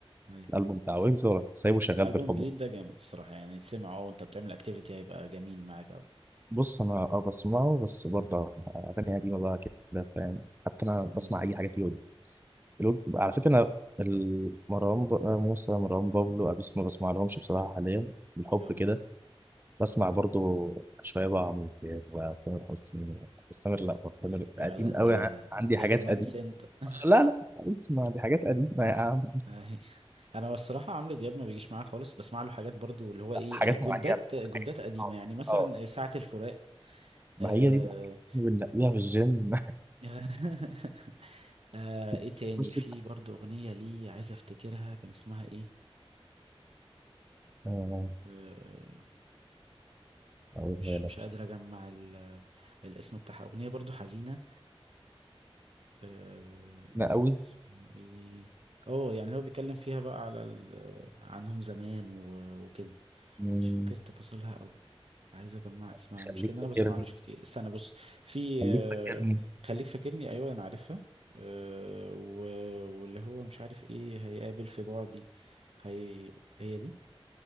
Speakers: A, on the right; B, on the right.
A: أيوة.
B: الألبوم بتاع ويجز وأروح سايبه شغال
A: الألبوم
B: بالحب
A: الجديد ده جامد الصراحة يعني تسمعه اه وانت بتعمل اكتيفيتي هيبقى جميل معاك أوي
B: بص أنا أه بسمعه بس برضه أغاني قديمة بقى كده فاهم حتى أنا بسمع
A: أيوة.
B: أي حاجة فيه الوج- على فكرة أنا ال- مروان ب- آه، موسى مروان بابلو أبيوسف ما بسمعلهمش بصراحة حاليا بالحب
A: أهو
B: كده بسمع برضه شوية بقى عمرو دياب وتامر حسني بس تامر لا بقى
A: أيوة
B: تامر
A: يا
B: قديم
A: ولد
B: قوي
A: يا
B: ع- عندي حاجات
A: يا رومانس
B: قديمة
A: انت <laughs>
B: لا لا اسمع دي حاجات قديمة يا عم
A: أيوة. انا الصراحه عمرو دياب ما بيجيش معايا خالص بسمع له حاجات برضو اللي هو ايه
B: حاجات
A: جولدات
B: معينة
A: جولدات قديمه
B: اه
A: يعني مثلا
B: اه
A: ساعه الفراق
B: ما
A: آه،
B: هي دي بقى بنلاقيها في الجيم
A: <laughs> آه ايه
B: <laughs>
A: تاني
B: بص
A: في برضو اغنية لي عايز افتكرها كان اسمها ايه
B: آه،
A: آه
B: أقولها
A: مش
B: لك
A: مش قادر اجمع ال- الاسم بتاعها اغنية برضو حزينة آه
B: أنا أوي
A: اسمها ايه اه يعني هو بيتكلم فيها بقى على ال- عنهم زمان و- وكده
B: مم،
A: مش فاكر تفاصيلها قوي عايز اجمع اسمها
B: خليك
A: المشكله ان
B: فاكرني
A: انا بسمعلوش كتير استنى بص في
B: خليك
A: آه،
B: فاكرني
A: خليك فاكرني ايوه انا عارفها آه، و- واللي هو مش عارف ايه هيقابل في بعدي هي هي دي